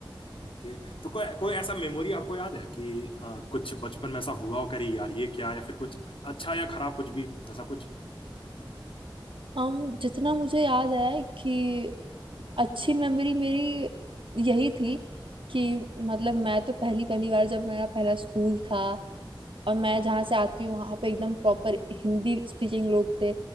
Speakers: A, on the left (about 90°); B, on the right (about 75°).
A: ओके तो कोई कोई ऐसा मेमोरी आपको याद है कि आ, कुछ बचपन में ऐसा हुआ हो करी यार ये क्या या फिर कुछ अच्छा या खराब कुछ भी ऐसा कुछ
B: um, जितना मुझे याद है कि अच्छी मेमोरी मेरी यही थी कि मतलब मैं तो पहली पहली बार जब मेरा पहला स्कूल था और मैं जहाँ से आती हूँ वहाँ पे एकदम प्रॉपर हिंदी स्पीकिंग लोग थे